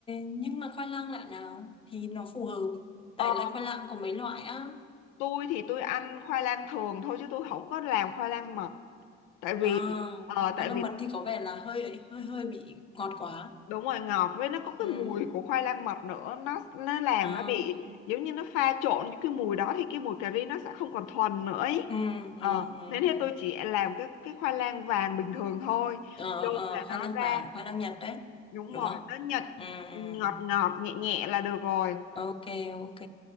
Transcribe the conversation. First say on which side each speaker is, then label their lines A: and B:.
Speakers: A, on the left; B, on the left.
A: nhưng mà khoai lang loại nào thì nó phù hợp? Tại
B: Ờ
A: là khoai lang có mấy loại á.
B: tôi thì tôi ăn khoai lang thường thôi chứ tôi không có làm khoai lang mật tại vì
A: À,
B: ờ,
A: khoai
B: tại
A: lang
B: vì
A: mật thì có vẻ là hơi hơi hơi bị ngọt quá.
B: đúng rồi ngọt với nó có cái
A: Ừm.
B: mùi của khoai lang mật nữa nó nó làm
A: À.
B: nó bị giống như nó pha trộn với cái mùi đó thì cái mùi cà ri nó sẽ không còn thuần nữa ý.
A: ừ
B: Ờ,
A: ừ
B: thế
A: ừ
B: nên thế tôi chỉ làm cái cái khoai lang vàng bình thường thôi
A: ờ
B: vô
A: ờ
B: là nó
A: khoai lang
B: ra
A: vàng khoai lang Nhật đấy
B: đúng
A: đúng
B: rồi
A: không
B: nó nhật
A: ừ ừ
B: ngọt
A: ừ.
B: ngọt nhẹ nhẹ là được rồi
A: ok ok